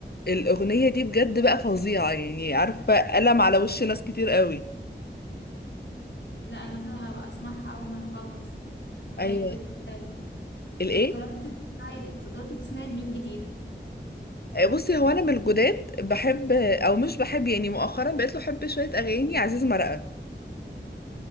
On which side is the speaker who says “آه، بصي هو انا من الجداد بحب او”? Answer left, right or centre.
Left